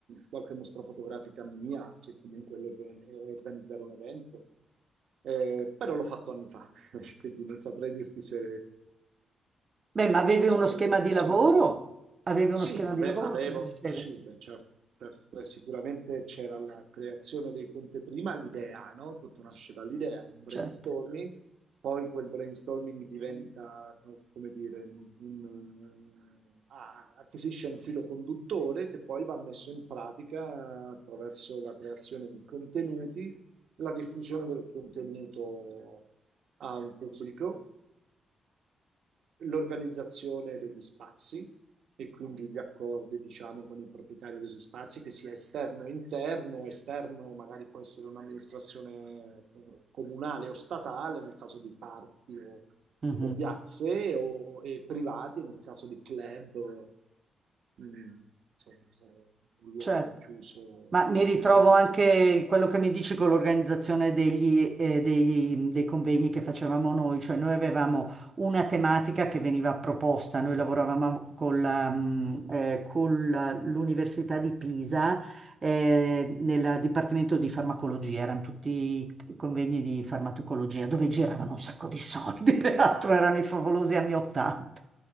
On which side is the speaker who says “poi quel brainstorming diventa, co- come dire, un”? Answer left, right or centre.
Right